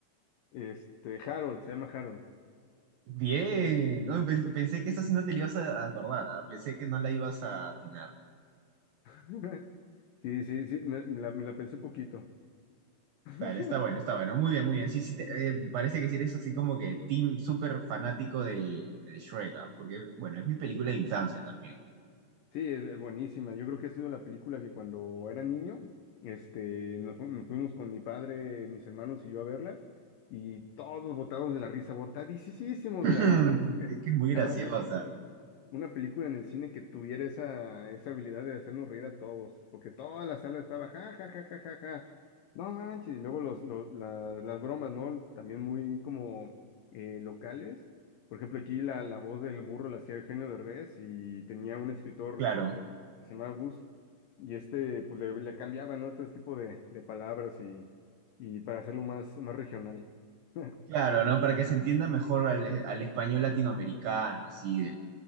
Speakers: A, on the left; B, on the right.
A: este, Harold, se llama Harold.
B: Bien. Ay, pe- pensé que esta sí no te la ibas a acordar, ¿ah? Pensé que no la ibas a atinar.
A: <laughs> Sí, sí, sí, me, me la, me la pensé poquito. <laughs>
B: Vale, está bueno, está bueno. Muy bien, muy bien. Sí, sí, te- eh, parece que sí eres así como que team súper fanático del, del Shrek, ¿ah? Porque, bueno, es mi película de infancia también.
A: Sí, es es buenísima. Yo creo que ha sido la película que cuando era niño, este, nos, fu- nos fuimos con mi padre, mis hermanos y yo a verla, y todos botados de la risa, botadísimos
B: <laughs>
A: de la risa.
B: Es que es muy
A: Jamás
B: graciosa.
A: he visto una película en el cine que tuviera esa, esa habilidad de hacernos reír a todos, porque toda la sala estaba ja, ja, ja, ja, ja, ja. No manches, y luego los, los, la- las bromas, ¿no? También muy como eh, locales. Por ejemplo, aquí la, la voz del burro la hacía Eugenio Derbez y tenía un escritor
B: Claro,
A: que se llamaba Gus, y este pues le, le cambiaba, ¿no? Todo este tipo de, de palabras y, y para hacerlo más, más regional. <laughs>
B: claro, ¿no? Para que se entienda mejor al, al español latinoamericano, así, del-